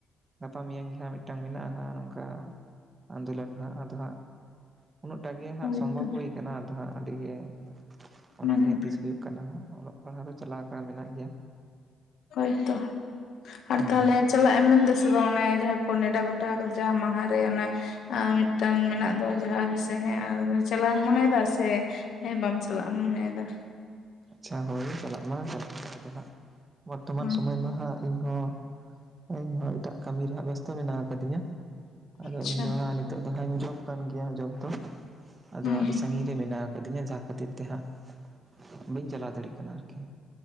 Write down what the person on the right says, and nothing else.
ᱜᱟᱯᱟ ᱢᱮᱭᱟᱝ ᱜᱮ ᱦᱟᱸᱜ ᱢᱤᱫᱴᱟᱝ ᱢᱮᱱᱟᱜᱼᱟ ᱦᱟᱸᱜ ᱱᱚᱝᱠᱟ ᱟᱱᱫᱳᱞᱚᱱ ᱦᱟᱸᱜ, ᱟᱫᱚ ᱦᱟᱸᱜ ᱩᱱᱟᱹᱜ ᱴᱟᱜ ᱜᱮ ᱦᱟᱸᱜ
ᱥᱚᱢᱵᱷᱚᱵᱽ ᱦᱩᱭ ᱠᱟᱱᱟ ᱟᱫᱚ ᱦᱟᱸᱜ ᱟᱹᱰᱤ ᱜᱮ, ᱚᱱᱟᱜᱮ
ᱦᱟᱸᱜ ᱛᱤᱥ ᱦᱩᱭᱩᱜ ᱠᱟᱱᱟ ᱦᱟᱸᱜ, ᱚᱞᱚᱜ ᱯᱟᱲᱦᱟᱜ ᱫᱚ ᱪᱟᱞᱟᱣ ᱟᱠᱟ ᱢᱮᱱᱟᱜ ᱜᱮᱭᱟ᱾
ᱦᱮᱸ
ᱟᱪᱪᱷᱟ <inaudible> ᱪᱟᱞᱟᱜ ᱢᱟ <inaudible> ᱟᱫᱚ ᱦᱟᱸᱜ ᱵᱚᱨᱛᱚᱢᱟᱱ
ᱥᱚᱢᱚᱭ ᱢᱟ ᱦᱟᱸᱜ ᱤᱧᱦᱚᱸ, ᱤᱧᱦᱚᱸ ᱮᱴᱟᱜ ᱠᱟᱢᱤ ᱨᱮᱱᱟᱜ ᱵᱮᱥᱛᱚ ᱢᱮᱱᱟᱜ ᱟᱠᱟᱫᱤᱧᱟ, ᱟᱫᱚ
ᱤᱧ ᱫᱚ ᱦᱟᱸᱜ ᱱᱤᱛᱚᱜ ᱫᱚ ᱦᱟᱸᱜ ᱡᱚᱵ ᱠᱟᱱ ᱜᱮᱭᱟ ᱦᱟᱸᱜ ᱡᱚᱵ ᱫᱚ, ᱟᱫᱚ
ᱟᱹᱰᱤ
ᱥᱟᱺᱜᱤᱧ ᱨᱮ ᱢᱮᱱᱟᱜ ᱟᱠᱟᱫᱤᱧᱟ ᱡᱟᱦᱟᱸ ᱠᱷᱟᱹᱛᱤᱨ ᱛᱮ ᱦᱟᱸᱜ ᱵᱟᱹᱧ ᱪᱟᱞᱟᱣ ᱫᱟᱲᱮᱜ ᱠᱟᱱᱟ ᱟᱨᱠᱤ᱾